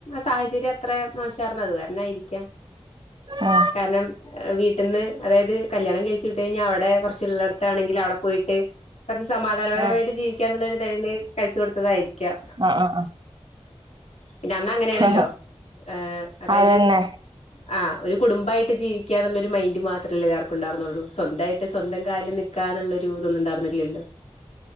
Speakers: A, on the left; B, on the right.
A: സാഹചര്യം അത്ര മോശാർന്നു അത് കാരണയിരിക്കാം
B: ആ
A: കാരണം വീട് ട്ടന്ന് അതായത് കല്യാണം കഴിച്ച് വിട്ട് കഴിഞ്ഞാ അവിടെ കുറച്ച് ള്ളെടത്താണെങ്കിൽ അവിടെ പോ ട്ട് കൊറച്ച് സമാധാനപരമായിട്ട്
B: ആ
A: ജീവിക്കാന്നുള്ള നിഴല് കഴിച്ച് കൊടുത്തതായിരിക്കാം
B: ആ ആ
A: പിന്നെ അന്നങ്ങനെയാണല്ലോ
B: ആ
A: ഏം അതായത്
B: അതന്നെ
A: ആ ഒരു കുടുംബായിട്ട് ജീവിക്കാന്നുള്ള ഒര് ഒരു മൈൻഡ് മാത്രമല്ലെല്ലാർക്കുണ്ടാർന്നുള്ളു സ്വന്തായിട്ട് സ്വന്തം ക് കാലിൽ നിക്കാനുള്ളൊരു <unintelligible>